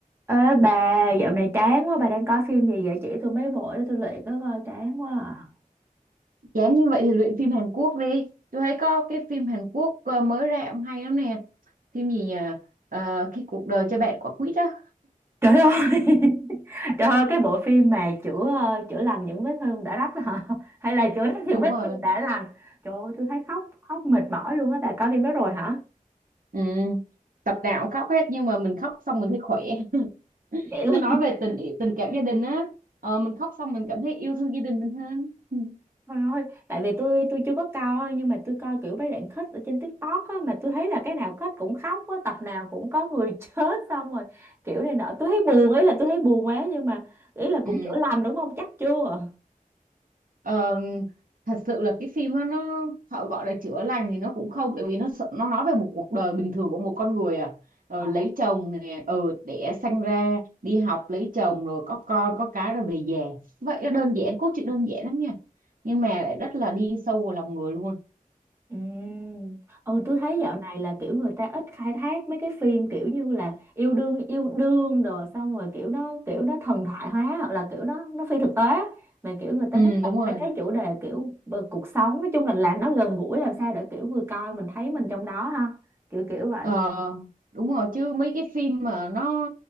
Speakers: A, on the right; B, on the right.
A: Ê bà, dạo này chán quá, bà đang coi phim gì vậy? Chỉ tôi mấy bộ để tôi luyện có coi chán quá à.
B: Dám như vậy thì luyện phim Hàn Quốc đi. Tôi thấy có cái phim Hàn Quốc ờ, mới ra cũng hay lắm nè. Phim gì nhỉ? Ờ, khi cuộc đời cho bạn quả quýt á.
A: Trời ơi, <laughs> trời ơi, cái bộ phim mà chữa ờ, chữa lành những vết thương đã rách hả? <laughs> Hay là chữa rách những
B: Đúng
A: vết
B: rồi.
A: thương đã lành? Trời ơi, tôi thấy khóc, khóc mệt mỏi luôn á, bà coi phim đó rồi hả?
B: Ừ. Tập nào cũng khóc hết nhưng mà mình khóc xong mình thấy khỏe. <laughs>
A: Vậy luôn.
B: Nó nói
A: <laughs>
B: về tình tình cảm gia đình á. Ờ, mình khóc xong mình cảm thấy yêu thương gia đình mình hơn. <laughs>
A: Trời ơi, tại vì tôi tôi chưa có coi nhưng mà tôi coi kiểu mấy đoạn kết ở trên TikTok á mà tôi thấy là cái nào kết cũng khóc á, tập nào cũng có người <laughs> chết xong rồi kiểu này nọ, tôi thấy buồn ý là tôi thấy buồn quá nhưng mà ý là
B: Ừ.
A: cũng chữa lành đúng không? Chắc chưa?
B: Ờ, thật sự là cái phim đó nó họ gọi là chữa lành thì nó cũng không tại vì nó sự- nó nói về một cuộc đời bình thường của một con người à ờ,
A: Ờ.
B: lấy chồng nè ờ đẻ sanh ra đi học lấy chồng rồi có con có cái rồi về già vậy nó đơn giản cốt truyện đơn giản lắm nha nhưng mà lại rất là đi sâu vào lòng người luôn
A: Ừm. Ừ tôi thấy dạo này là kiểu người ta ít khai thác mấy cái phim kiểu như là yêu đương yêu đương đồ xong rồi kiểu nó kiểu nó thần thoại hóa hoặc là kiểu nó nó phi thực tế á. mà kiểu người ta
B: ừ
A: thích làm
B: đúng rồi
A: mấy cái chủ đề kiểu bờ- cuộc sống nói chung là làm nó gần gũi làm sao để kiểu người coi mình thấy mình trong đó ha kiểu kiểu vậy
B: Ờ, đúng rồi chứ mấy cái phim mà nó